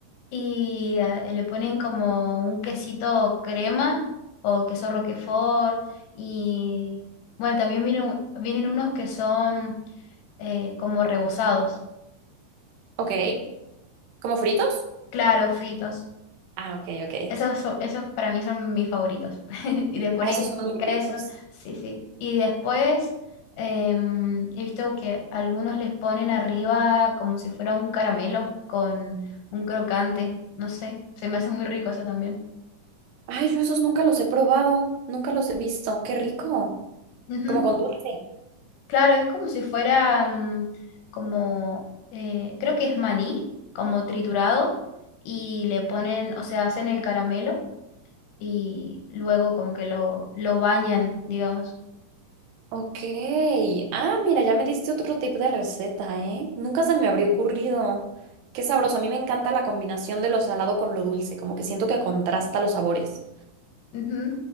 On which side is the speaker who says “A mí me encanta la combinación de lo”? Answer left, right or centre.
Right